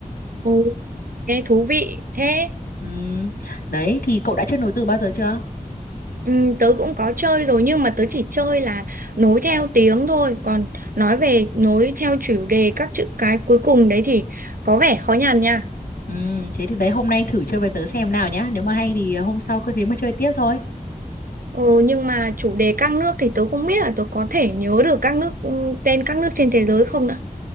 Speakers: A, on the right (about 70°); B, on the left (about 80°).
A: Ồ, thế thú vị. Thế
B: Ừ, đấy thì cậu đã chơi nối từ bao giờ chưa?
A: ừ, tớ cũng có chơi rồi nhưng mà tớ chỉ chơi là nối theo tiếng thôi. Còn nói về nối theo chủ đề các chữ cái cuối cùng đấy thì có vẻ khó nhằn nha.
B: Ừ, thế thì đấy hôm nay thử chơi với tớ xem nào nhá. Nếu mà hay thì hôm sau cứ thế mà chơi tiếp thôi.
A: Ừ, nhưng mà chủ đề các nước thì tớ không biết là tớ có thể nhớ được các nước ừ, tên các nước trên thế giới không nữa.